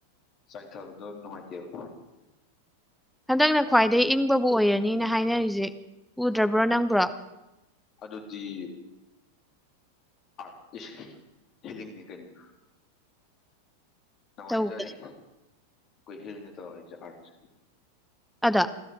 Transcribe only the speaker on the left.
ꯆꯥꯏꯊꯕꯗꯣ ꯅꯨꯡꯉꯥꯏꯇꯦꯕ꯫
ꯍꯥꯏꯗꯨꯗꯤ, ꯑꯥꯔꯠꯇꯤꯁꯤ ꯍꯤꯂꯤꯡꯅꯤ ꯀꯩꯅꯣ꯫ ꯅꯨꯡꯉꯥꯏꯖꯅꯤ
ꯀꯣꯏ ꯍꯤꯜꯅ ꯇꯧꯔꯤꯅꯦ ꯑꯥꯔꯠꯁꯦ꯫